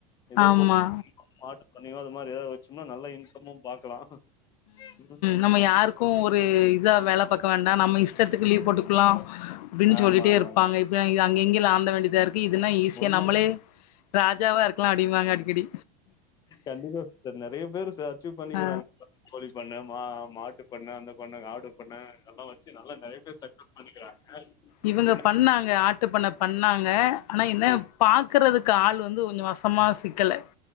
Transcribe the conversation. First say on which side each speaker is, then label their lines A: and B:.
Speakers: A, on the left (about 20°); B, on the left (about 80°).
A: எதோ
B: ஆமா
A: <inaudible> மாட்டு பண்ணையு அது மாரி எதாவது வச்சோம்னா நல்லா இன்கமு பாக்கலா ம்
B: நம்ம யாருக்கு ஒரு இதா வேலை பாக்க வேண்டா நம்ம இஷ்டத்துக்கு லீவ் போட்டுக்கலா அப்டின்னு
A: ஆமா
B: சொல்லிட்டே
A: ஆமாங்க
B: இருப்பாங்க இப்ப அங்க எங்கயல ஆந்த வேண்டியதா இருக்கு இதுன்னா ஈஸியா
A: உண்மதா
B: நம்மளே ராஜாவா இருக்கலா அப்டிம்பாங்க அடிக்கடி
A: கண்டிப்பா சிஸ்டர் நறைய பேரு அச்சிவ் பண்ணிக்கிறாங்க
B: ஆ
A: கோழி பண்ண மா மாட்டு பண்ண அந்த பண்ண ஆடு பண்ண அதெல்லா வச்சு நல்லா நறைய பேர் சக்சஸ் பண்ணிக்கிறாங்க
B: இவுங்க
A: என்ன
B: பண்ணாங்க ஆட்டு பண்ண பண்ணாங்க ஆனா என்ன
A: ம்
B: பாக்குறதுக்கு ஆள் வந்து கொஞ்ச வசமா சிக்கல